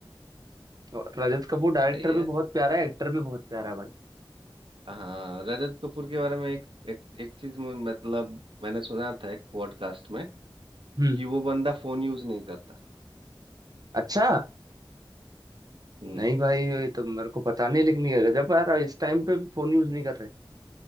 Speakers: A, on the right; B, on the right.
A: और रजत कपूर डायरेक्टर
B: सही
A: भी
B: है
A: बहुत प्यारा है एक्टर भी बहुत प्यारा है भाई
B: हाँ रजत कपूर के बारे में एक एक, एक चीज मु- मतलब मैंने सुना था एक पॉडकास्ट में
A: हम्म
B: कि वो बंदा फोन यूज नहीं करता
A: अच्छा
B: हम्म
A: नहीं भाई ये तो मेरे को पता नहीं लेकिन ये गजब है यार इस टाइम पे भी फोन यूज नहीं कर रहे